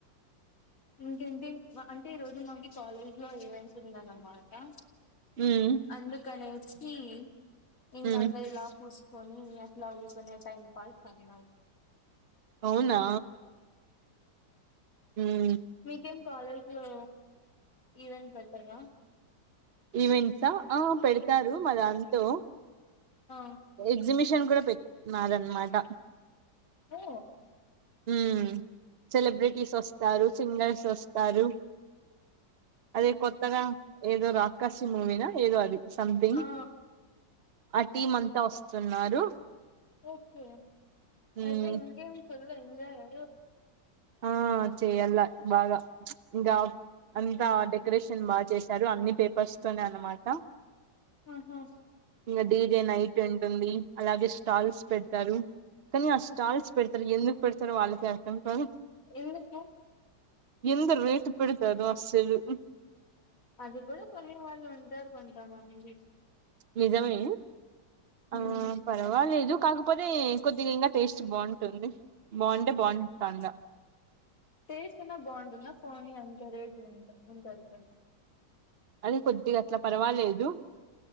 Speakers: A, on the left (about 45°); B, on the right (about 40°).
A: ఇంకేంటి అంటే ఈ రోజు మనకి కాలేజ్ లో ఈవెంట్ ఉందన అన్నమాట అంటా
B: ఉమ్
A: అందుకనే హ్మ్మ్ ఇింగ్
B: ఉమ్
A: అన్నదిలాపూస్ కొన్ని ఎలా ఉంటెనే టైమ్ పాస్ పని
B: అవునా ఉమ్
A: మీకేం కాలేజ్ లో ఇవి ఏం పెట్టారా
B: ఈవెంట్సా ఆ పెడతారు మా దాంతో
A: ఆ
B: ఎగ్జిబిషన్ కూడా పెట్న్నారు అనమాట
A: ఓ
B: హ్మ సెలబ్రిటీస్ వస్తారు సింగర్స్ వస్తారు అదే కొత్తగా ఏదో రాకాసి మూవీనా ఏదో అది సంథింగ్
A: ఆ ఆ
B: ఆ టీమ్ అంతా వస్తున్నారు
A: ఓకే
B: మ్మ్
A: అయితే ఇంకేం ఎంజాయ్ ఆ
B: ఆ చేయ్యాల బాగా ఇంకా అంత డెకరేషన్ బాగా చేశారు అన్ని పేపర్స్ తోనే అనమాట
A: ఆహా
B: ఇంకా డీజే నైట్ ఉంటుంది అలాగే స్టాల్స్ పెడతారు. కానీ ఆ స్టాల్స్ పెడతారు. ఎందుకు పెడతారు. వాళ్ళకే అర్థం కాదు.
A: ఎందుకు
B: ఎంత రేట్ పెడతారో అస్సలు
A: అది కూడా కొనే వాళ్ళు ఉంటారు కొన్ని. కొంతమంది.
B: నిజమే.
A: ఉమ్
B: ఆ పర్వాలేదు కాకపోతే కొద్దిగా ఇంకా టేస్ట్ బాగుంటుంది బాగుంటే బాగుంటండ.
A: టేస్ట్ అయినా బాగుంటుందా పోనీ అంతా రేట్ ఉంట ఉంటది కదా.
B: అది కొద్దిగా అట్ల పర్వాలేదు